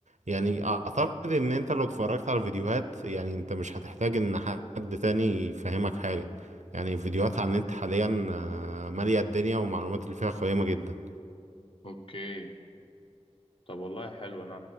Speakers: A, on the right (about 85°); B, on the left (about 50°).
A: يعني اعتقد ان انت لو اتفرجت على فيديوهات يعني انت مش هتحتاج ان حد تاني يفهمك حاجة يعني فيديوهات عن النت حاليا آه، مالية الدنيا والمعلومات اللي فيها قيمة جدا
B: اوكي طب والله حلو انا